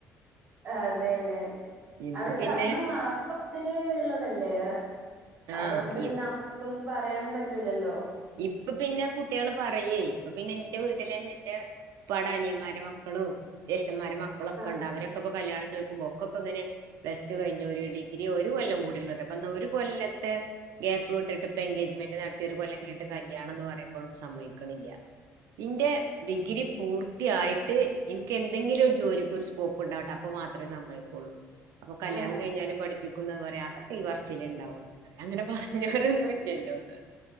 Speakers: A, on the right (about 30°); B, on the right (about 80°).
A: അതെല്ലേ
B: ഇന്ന്
A: അ പക്ഷെ
B: പിന്നെ
A: അന്നും അപ്പമുതലേള്ളതല്ലേ?
B: ആഹ്
A: അതോണ്ട് പിന്നെ
B: ഇ
A: ആർക്കൊന്നും പറയാനും പറ്റൂലല്ലോ.
B: ഇപ്പ പിന്നെ കുട്ടിയള് പറയേ ഇപ്പ പിന്നെ ഇന്റെ വീട്ടിലെന്നെ ഇന്റെ പ്പാടെ അനിയന്മാരെ മക്കളും ജേഷ്ഠന്മാരെ മക്കളൊക്കെ
A: ആഹ്
B: ഉണ്ട് അവരൊക്കെ ഇപ്പ കല്യാണം ചോയിക്കുമ്പോ ഒക്കെപ്പങ്ങനെ. പ്ലസ് ടു കയ്ഞ്ഞോര് ഡിഗ്രി ഒരു കൊല്ലം കൂടിള്ളോരാ അപ്പന്നാ ഒരു കൊല്ലത്തെ ഗ്യാപ്പ് വിട്ടിട്ടിപ്പൊ എൻഗേജ്മെന്റ് നടത്തിയ ഒരു കൊല്ലം കൈഞ്ഞ്ട്ട് കല്യാണംന്ന് പറിമ്പോഴും സമ്മയ്ക്ക്ണില്ല ഇന്റെ ഡിഗ്രി പൂർത്തിയായി ഇന്ക്ക് എന്തെങ്കിലും ഒരു ജോലിക്ക് ഒരു സ്കോപ്പ് ഉണ്ടാവട്ടെ അപ്പ മാത്രമേ സമ്മയ്ക്കുള്ളൂ അപ്പൊ
A: ആഹ്
B: കല്യാണം കൈഞ്ഞാലും പഠിപ്പിക്കുന്നാ പറയാ അതൊക്കെ ഈ പർച്ചിലേ ഇണ്ടാവുള്ളു പറിം അങ്ങനെ പറഞ്ഞവരൊന്നും ഇല്ലല്ലോന്ന്